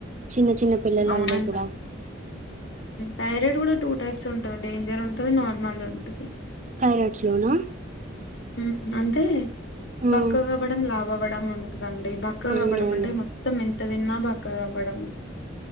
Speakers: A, on the right; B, on the left.
A: చిన్న చిన్న పిల్లలల్లో
B: అవునంట
A: కూడా
B: థైరాయిడ్ కూడా టూ టైప్స్ ఉంటది డేంజర్ ఉంటది నార్మల్ది ఉంటది
A: ైరాడ్స్లోనా
B: ఉ అంటే
A: హ్మ్.
B: బక్కగవ్వడం లావ్ వవ్వడం ఉంటు దండి బక్క
A: అవునవును.
B: అవ్వడం అంటే మొత్తం ఎం త తిన్నా బక్కగ అవ్వడం